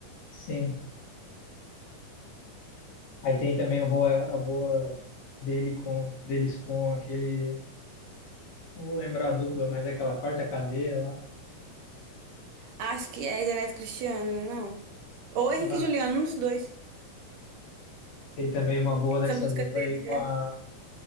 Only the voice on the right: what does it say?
Acho que é Janete Cristiano, não? Ou
Henrique
e Juliano, um dos dois.
Essa música
deles
né?